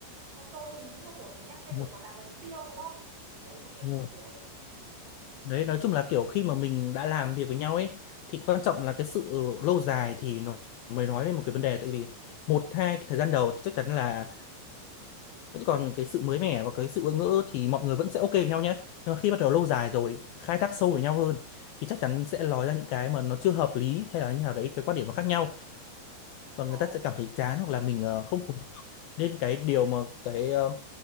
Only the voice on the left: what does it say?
đúng
rồi,
đúng
rồi.
Đấy, nói chung là kiểu khi mà mình đã làm việc với nhau ấy thì quan trọng là cái sự lâu dài thì nó mới nói lên một cái vấn đề tại vì một hai cái thời gian đầu thì chắc chắn là vẫn còn cái sự mới mẻ và cái sự bỡ ngỡ thì mọi người vẫn sẽ ok với nhau nhé nhưng mà khi bắt đầu lâu dài rồi khai thác sâu với nhau hơn thì chắc chắn sẽ nói ra những cái mà nó chưa hợp lý hay là như nào đấy cái quan điểm nó khác nhau và
người ta sẽ cảm thấy chán hoặc là mình ờ, không phù nên cái điều mà cái ờ,